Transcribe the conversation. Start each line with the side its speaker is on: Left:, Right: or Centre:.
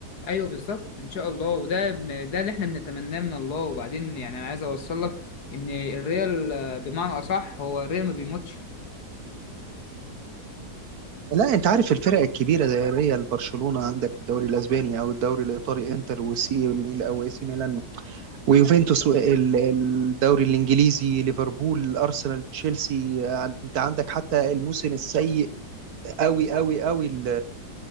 Left: ايوه بالظبط ان شاء الله وده بن- ده اللي احنا بنتمناه من الله وبعدين يعني انا عايز اوصل لك ان الريال آه، بمعنى اصح هو الريال ما بيموتش
Right: لا انت عارف الفرق الكبيره زي الريال برشلونه عندك الدوري الاسباني او الدوري الايطالي انتر وسي ميل او اي سي ميلان ويوفنتوس وال- الدوري الانجليزي ليفربول ارسنال تشيلسي انت عندك حتى الموسم السيء قوي قوي قوي ال-